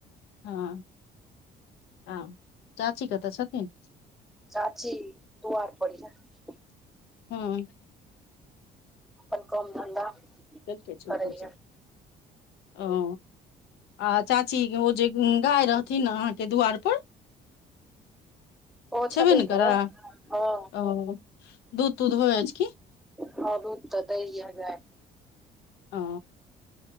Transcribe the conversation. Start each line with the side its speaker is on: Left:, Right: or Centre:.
Left: हँ हँ चाची कतऽ छथिन
Centre: चाची दुआर पड़ यऽ
Left: हूँ
Centre: अपन काम धंधा
Left: चलते छोइड़
Centre: करैये
Left: दय छै ओ आ चाची ओ जे गाय रहथिन ने अहाँके दु्वार पर
Centre: ओहो
Left: छबे
Centre: छेबे
Left: ने करा
Centre: करै हँ
Left: ओ दूध तूध हो अछि कि
Centre: हँ दूध तऽ दय या गाय
Left: ओ